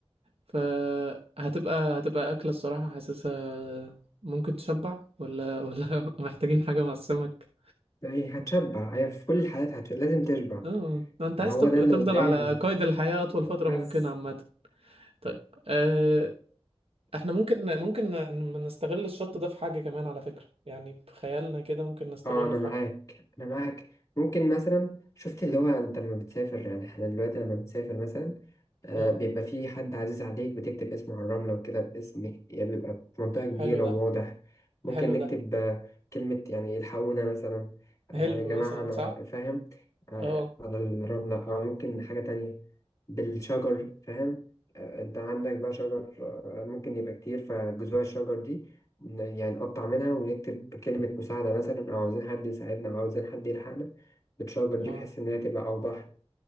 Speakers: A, on the right; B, on the left.
A: فهتبقى هتبقى اكله الصراحه حاسسها ممكن تشبع ولا ولا <laughs> محتاجين حاجه مع السمك
B: يعني هتشبع هي في كل الحالات هتشبع. لازم تشبع
A: اه انت
B: هو
A: عايز تبق-
B: ده اللي
A: تفضل
B: قدامي
A: على قيد الحياه اطول فتره
B: بس
A: ممكنه عامه طيب آه، احنا ممكن ممكن ن- نستغل الشط ده في حاجه كمان على فكره يعني بخيالنا كده ممكن نستغله
B: اه انا
A: في
B: معاك
A: حاجه
B: انا معاك ممكن مثلا شفت اللي هو انت لما بتسافر يعني احنا دلوقتي لما بتسافر مثلا آه
A: اه
B: بيبقى في حد عزيز عليك بتكتب اسمه على الرملة وكده باسمك يعني بيبقى بمنطقة كبيرة
A: حلو
B: وواضح
A: ده
B: ممكن
A: حلو
B: نكتب
A: ده
B: آه، كلمة يعني الحقونا مثلا آه
A: هلب
B: يا جماعة
A: مثلا
B: انا
A: صح
B: فاهم آه
A: اه
B: على الرملة او ممكن حاجة تانية بالشجر فاهم آه انت عندك بقى شجر آه ممكن يبقى كتير فجذوع الشجر دي ن- يعني نقطع منها ونكتب كلمة مساعدة مثلا أو عاوزين حد يساعدنا أو عاوزين حد يلحقنا بالشجر
A: اه
B: دي بحيث إن هي تبقى أوضح